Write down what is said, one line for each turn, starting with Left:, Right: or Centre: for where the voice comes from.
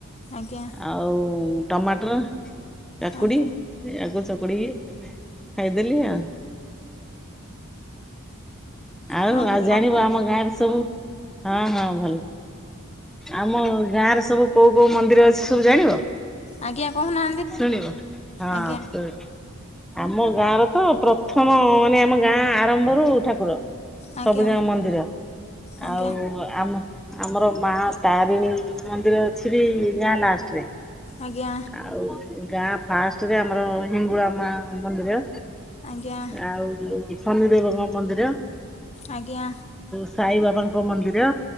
Left: ଆଜ୍ଞା
Centre: ଆଉ ଟମାଟର କାକୁଡି
Left: ଆଜ୍ଞା
Centre: ଆଗ ଚ ପଡିିକି ଖାଇଦେଲି ଆଉ। ଆଉ
Left: ହଁ
Centre: ଆଉ
Left: ଭଲ
Centre: ଜାଣିବ
Left: ନା।
Centre: ଆମ ଗାଁରେ ସବୁ, ହଁ ହଁ। ଭଲ, ଆମ ଗାଁରେ ସବୁ କୋଉ କୋଉ ମନ୍ଦିର ଅଛି ସବୁ ଜାଣିବ?
Left: ଆଜ୍ଞା କହୁନାହାନ୍ତି
Centre: ଶୁଣିବ ହଁ
Left: ଆଜ୍ଞା
Centre: ଶୁଣିବ। ଆମ ଗାଁ ର ତ ପ୍ରଥମ ମାନେ ଆମ ଗାଁ ଆରମ୍ଭରୁ ଠାକୁର।
Left: ଆଜ୍ଞା
Centre: ସବୁ ଜାଣ ମନ୍ଦିର
Left: ଆଜ୍ଞା
Centre: ଆଉ ଆମ ଆମର ମା ତାରିଣୀ ମନ୍ଦିର ଅଛି ବି ଗାଁ ଲାଷ୍ଟରେ।
Left: ଆଜ୍ଞା
Centre: ଆଉ ଗାଁ ଫାଷ୍ଟ ରେ ଆମର ହିଙ୍ଗୁଳା ମା ମନ୍ଦିର।
Left: ଆଜ୍ଞା
Centre: ଆଉ ଶନି ଦେେବଙ୍କ ମନ୍ଦିର।
Left: ଆଜ୍ଞା।
Centre: ସାଇବାବାଙ୍କ ମନ୍ଦିର।